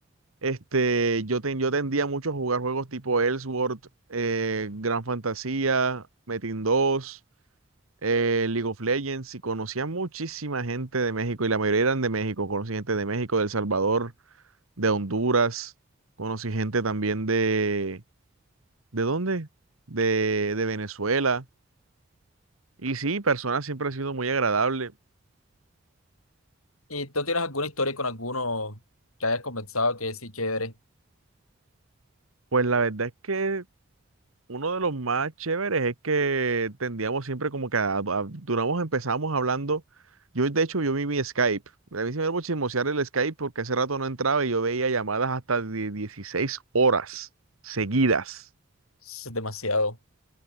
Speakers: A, on the right (about 85°); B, on the left (about 85°).
A: Este, yo, ten- yo tendía mucho a jugar juegos tipo Ellsworth, eh, Gran Fantasía, Metin 2, eh, League of Legends, y conocía muchísima gente de México, y la mayoría eran de México. Conocí gente de México, de El Salvador, de Honduras, conocí gente también de... ¿De dónde? De, de Venezuela. Y sí, personas siempre ha sido muy agradable.
B: ¿Y tú tienes alguna historia con alguno que hayas conversado que sí, chévere?
A: Pues la verdad es que Uno de los más chéveres es que tendíamos siempre como que a- a- duramos, empezamos hablando. Yo, de hecho, yo vi mi Skype. A mí se me iba a chismosear el Skype porque hace rato no entraba y yo veía llamadas hasta de 16 horas seguidas.
B: Es demasiado,